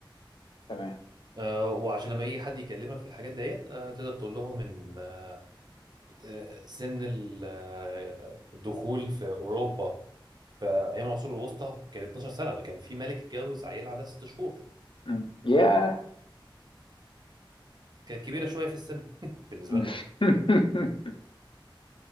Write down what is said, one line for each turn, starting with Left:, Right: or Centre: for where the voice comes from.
Left: تمام
Right: آه وعشان لما يجي حد يكلمك في الحاجات ديت آه تقدر تقول لهم ان آه آه، سن ال- آه، الدخول في اوروبا في ايام العصور الوسطى كان 12 سنه ده كان في ملك اتجوز عيله عندها ست شهور
Left: مم. ياه
Right: كانت كبيره شويه في السن <laughs> بالنسبه
Left: <laughs>
Right: لهم